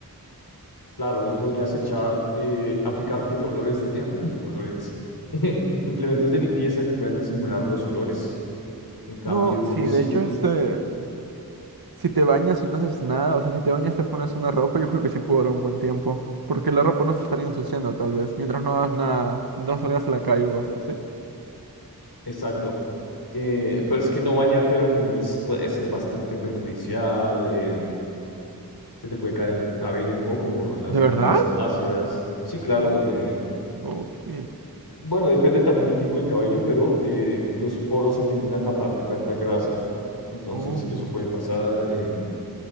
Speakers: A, on the left (about 75°); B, on the right (about 75°).
A: Claro, y podrías echar, eh, aplicarte olores, de- <clears throat> olores, <laughs> implementos de limpieza que puedan disimular los olores. En cambio,
B: No, sí,
A: si
B: de hecho,
A: no-
B: este, si te bañas y no haces nada, o sea, si te bañas te pones una ropa, yo creo que sí puede durar un buen tiempo. Porque la ropa no se estaría ensuciando, tal vez, mientras no hagas nada, no salgas a la calle o cosas así.
A: exacto. Eh, pero es que no bañarte durante un mes puede ser bastante perjudicial. eh, se te puede caer el cabello un poco por las
B: ¿De verdad?
A: glándulas sebáceas. Sí, claro. eh,
B: Ok.
A: Bueno, depende también del tipo de cabello, pero eh, los poros se tienden a tapar de tanta grasa. Entonces,
B: Oh.
A: eso puede pasar. em,